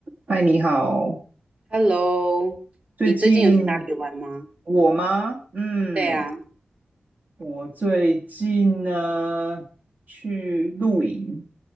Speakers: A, on the right (about 55°); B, on the right (about 35°).
A: 嗨，你好。
B: Hello，
A: 最近
B: 你最近有去哪里玩吗？
A: 我吗？嗯，
B: 对啊，
A: 我最近呢去露营，